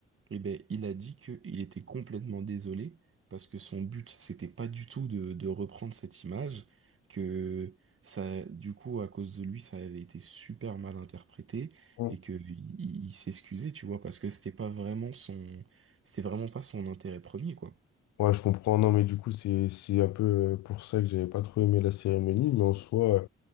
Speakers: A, on the right; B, on the left.
A: Eh ben, il a dit qu'il était complètement désolé parce que son but, c'était pas du tout de, de reprendre cette image, que ça, du coup, à cause de lui, ça avait été super mal interprété
B: Mm.
A: et que il, il- il s'excusait, tu vois, parce que c'était pas vraiment son, c'était vraiment pas son intérêt premier, quoi.
B: Ouais, je comprends. Non, mais du coup, c'est c'est un peu euh, pour ça que j'avais pas trop aimé la cérémonie, mais en soi, euh,